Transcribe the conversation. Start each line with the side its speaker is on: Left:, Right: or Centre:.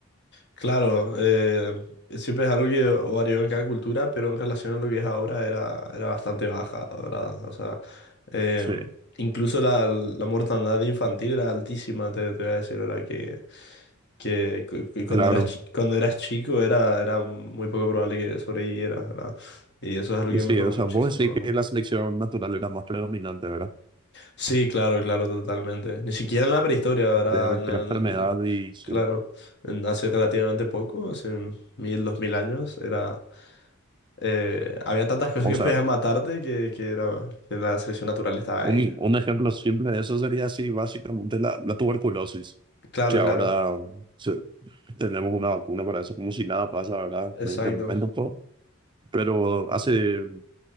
Left: Claro, eh, siempre es algo que varió en cada cultura, pero en relación a lo que es ahora era, era bastante baja, ¿verdad? O sea, eh,
Right: Sí,
Left: incluso la, la mortandad infantil era altísima, te, te voy a decir, ¿verdad? Que, que cu- cu- cuando
Right: claro.
Left: eras, chi- cuando eras chico era, era muy poco probable que sobrevivieras, ¿verdad? Y eso es algo
Right: Y
Left: que
Right: sí,
Left: mejoró
Right: o
Left: muchísimo,
Right: sea, vos decís
Left: ¿no?
Right: que la selección natural era más predominante, ¿verdad?
Left: Sí, claro, claro, totalmente. Ni siquiera en la prehistoria, ¿verdad?
Right: De cualquier
Left: En la-
Right: enfermedad
Left: en-
Right: y, sí.
Left: claro, en hace relativamente poco, hace mil, dos mil años, era... Eh, había tantas cosas
Right: O
Left: que
Right: sea,
Left: <laughs> podían matarte que, que, era, que la selección natural estaba
Right: Un,
Left: ahí.
Right: un ejemplo simple de eso sería así, básicamente la, la tuberculosis,
Left: Claro,
Right: que
Left: claro.
Right: ahora se- tenemos una vacuna para eso, como si nada pasa, ¿verdad?
Left: Exacto,
Right: Medicamentos, todo. Pero hace